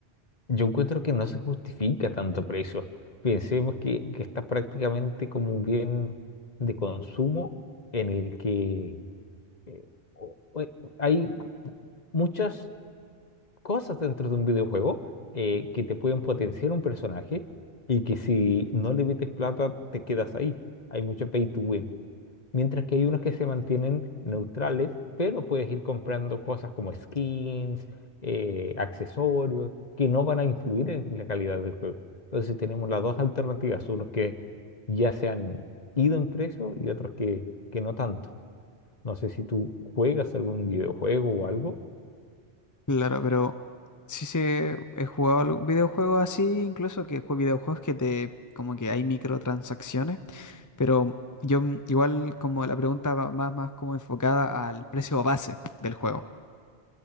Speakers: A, on the left; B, on the left.
A: yo encuentro que no se justifica tanto precio. Pensemos que, que está prácticamente como un bien de consumo en el que eh, o- o- hay muchas cosas dentro de un videojuego eh, que te pueden potenciar un personaje y que si no le metes plata te quedas ahí. Hay mucho pay to win. Mientras que hay unos que se mantienen neutrales, pero puedes ir comprando cosas como skins, eh, accesorios, que no van a influir en la calidad del juego. Entonces tenemos las dos alternativas, unos que ya se han ido en precio y otros que, que no tanto. No sé si tú juegas algún videojuego o algo.
B: Claro, pero sí se he jugado algún videojuego así, incluso que jue- videojuegos que te como que hay microtransacciones. Pero yo mm, igual como la pregunta va más, más como enfocada al precio base del juego,